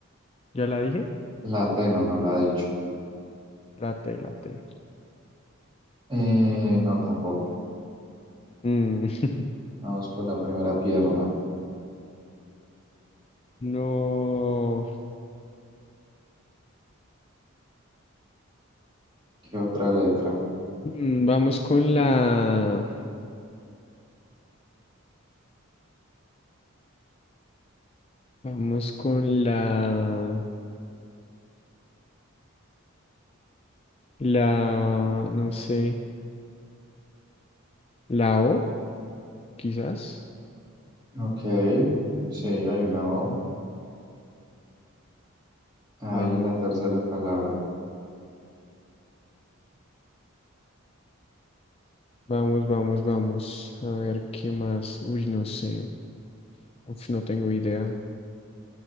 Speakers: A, on the left (about 25°); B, on the right (about 20°).
A: ya la dije.
B: La T no, no la ha dicho.
A: La T, la T.
B: Eh, no, tampoco.
A: Mm, <laughs>
B: Vamos con la primera pierna.
A: No.
B: ¿Qué otra letra?
A: Mm, Vamos con la. Vamos con la. La. No sé. La O, quizás.
B: Ok, sí, hay una O. Ahí
A: Vamos,
B: en la tercera palabra.
A: vamos, vamos, vamos. A ver qué más. Uy, no sé. Uf, no tengo idea.